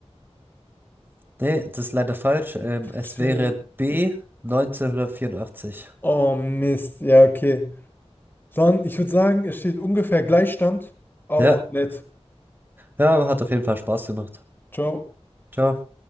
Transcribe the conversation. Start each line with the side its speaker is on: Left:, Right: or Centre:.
Right: Nee, das ist leider falsch. Ähm, es
Left: Shit.
Right: wäre B. neunzehnhundertvierundachtzig.
Left: Oh Mist. Ja, okay. Dann, ich würde sagen, es steht ungefähr Gleichstand, aber
Right: Ja,
Left: nett.
Right: ja, hat auf jeden Fall Spaß gemacht.
Left: Ciao.
Right: Ciao.